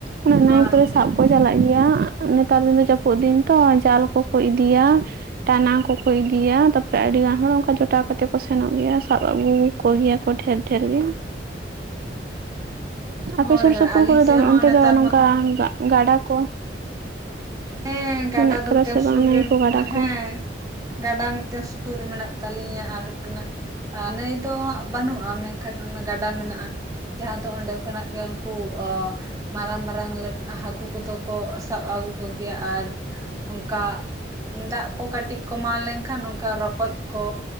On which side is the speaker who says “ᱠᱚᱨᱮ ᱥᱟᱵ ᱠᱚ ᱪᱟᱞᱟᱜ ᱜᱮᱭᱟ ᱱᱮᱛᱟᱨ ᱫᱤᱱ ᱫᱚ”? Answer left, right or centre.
Right